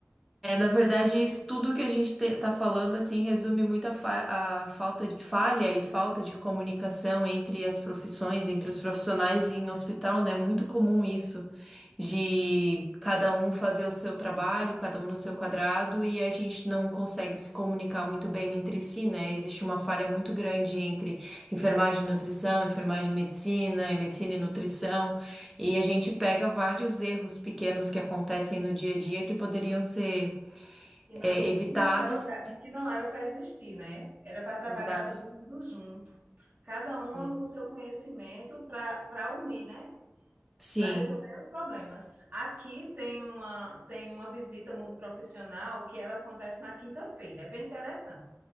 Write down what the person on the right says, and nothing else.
Que não,
não era para, que não era para existir, né? Era para trabalhar
todo mundo junto, cada uma
com seu conhecimento para para unir, né?
Para resolver os problemas. Aqui tem uma tem uma visita multiprofissional que ela acontece na quinta-feira, é bem interessante.